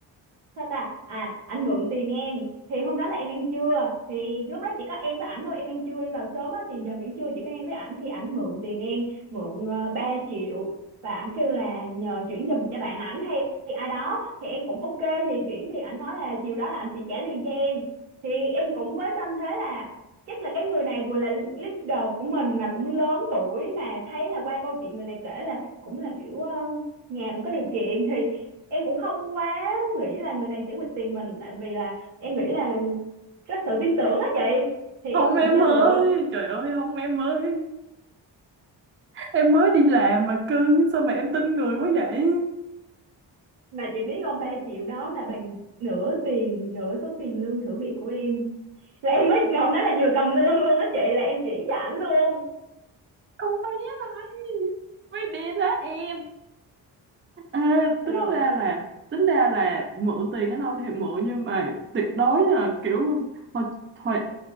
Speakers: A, on the right (about 80°); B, on the right (about 25°).
A: sao ta à anh mượn tiền em thì hôm đó là em ăn trưa thì lúc đó chỉ có em với ảnh thôi em ăn trưa em vào sớm á thì giờ nghỉ trưa chỉ có em với ảnh thì ảnh mượn tiền em mượn uh, 3 triệu và ảnh kêu là nhờ chuyển giùm cho bạn ảnh hay ai đó thì em cũng ok thì chuyển thì ảnh nói là chiều đó là ảnh sẽ trả liền cho em thì em cũng với tâm thế là chắc là cái người này vừa là leader của mình mà cũng lớn tuổi mà thấy là qua câu chuyện người này kể là cũng là kiểu ờ, nhà cũng có điều kiện thì em cũng không quá nghĩ là người này sẽ quỵt tiền mình tại vì là em nghĩ là có sự tin tưởng á chị thì
B: không
A: em cũng
B: em
A: cho
B: ơi
A: mượn
B: trời ơi không em ơi em mới đi làm mà cưng sao mà em tin người quá vậy
A: mà chị biết không ba triệu đó là bằng nửa tiền nửa số tiền lương thử việc của em là em mới ngày hôm đó là vừa cầm lương luôn á chị là em chuyển cho ảnh luôn
B: con bé này mới đi đó em Ê, tính
A: rồi
B: ra là tính ra là mượn tiền ở đâu thì mượn nhưng mà tuyệt đối là kiểu thôi thôi